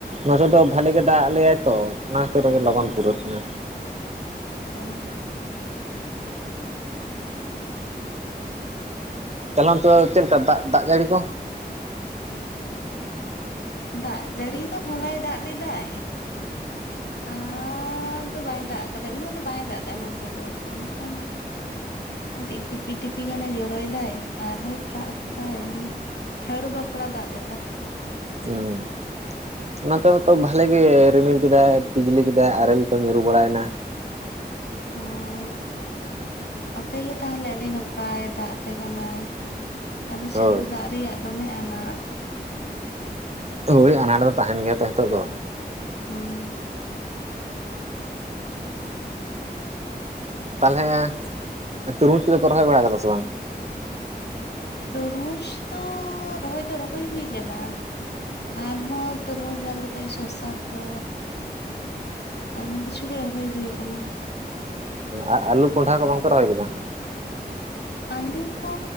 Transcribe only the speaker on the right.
ᱱᱚᱛᱮ ᱫᱚ ᱵᱷᱟᱞᱤ ᱜᱮ ᱫᱟᱜ ᱟ ᱞᱮᱭᱟᱭ ᱛᱚ ᱚᱱᱟ ᱠᱷᱚᱛᱤᱨ ᱛᱮ ᱞᱚᱜᱚᱱ ᱯᱩᱨᱟᱹᱜ ᱠᱟᱱᱟ
ᱛᱟᱞᱟᱢ ᱛᱚ ᱪᱮᱫ ᱞᱮᱠᱟ ᱫᱟᱜ ᱫᱟᱜ ᱡᱟᱹᱲᱤ ᱠᱚ
ᱦᱩᱸ ᱱᱚᱛᱮ ᱦᱚᱸᱛᱚ ᱵᱷᱟᱞᱮ ᱜᱮ ᱨᱤᱢᱤᱞ ᱠᱮᱫᱟᱭ ᱯᱤᱡᱽᱞᱤ ᱠᱮᱫᱟᱭ ᱟᱨᱮᱞ ᱠᱚ ᱧᱩᱨᱩ ᱵᱟᱲᱟᱭᱮᱱᱟ
ᱦᱳᱭ
ᱦᱳᱭ ᱟᱱᱟᱴ ᱫᱚ ᱛᱟᱦᱮᱱ ᱜᱮᱭᱟ ᱛᱚ ᱱᱤᱛᱚᱜ ᱫᱚ
ᱛᱟᱦᱚᱞᱮ ᱛᱩᱨᱢᱩᱡᱽ ᱠᱚᱫᱚᱯᱮ ᱨᱚᱦᱚᱭ ᱵᱟᱲᱟ ᱠᱟᱫᱟ ᱥᱮ ᱵᱟᱝ
ᱟᱨ ᱟᱞᱩ ᱠᱚᱸᱰᱷᱟ ᱠᱚ ᱵᱟᱝᱯᱮ ᱨᱚᱦᱚᱭ ᱠᱮᱫᱟ